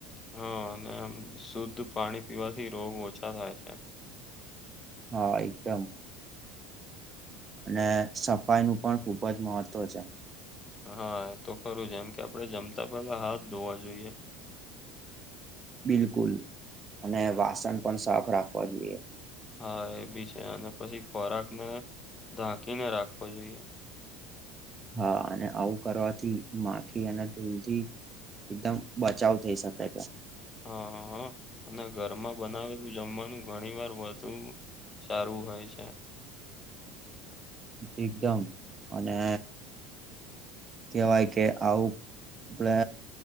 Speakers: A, on the left; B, on the right.
A: હા અને શુદ્ધ પાણી પીવાથી રોગ ઓછા થાય છે.
B: હા એકદમ. અને સફાઈ નું પણ ખુબ જ મહત્વ છે.
A: હા એ તો ખરું જેમ કે આપણે જમતા પેલા હાથ ધોવા જોઈએ.
B: બિલકુલ અને વાસણ પણ સાફ રાખવા જોઈએ.
A: હા એ બી છે અને પછી ખોરાક ને ઢાંકીને રાખવો જોઈએ.
B: હા અને આવું કરવાથી માખી અને ધૂલથી એકદમ બચાવ થઈ શકે છે.
A: હા હ અને ઘરમાં બનાવેલું જમવાનું ઘણી વાર વધું સારું હોય છે.
B: એકદમ અને કેહેવાય કે આવું આપડે